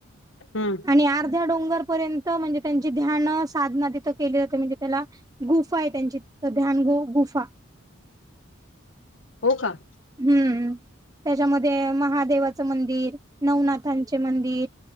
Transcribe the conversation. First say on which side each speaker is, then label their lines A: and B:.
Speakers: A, on the left; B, on the right.
A: हम्म
B: आणि अर्ध्या डोंगरपर्यंत... म्हणजे त्यांची ध्यान साधना तिथं केली जाते म्हणजे त्याला.... गुफा आहे त्यांची ध्यान गो गुफा....
A: हो का?
B: हम्म त्यांच्यामध्ये महादेवाच मंदिर नवनाथांचे मंदिर...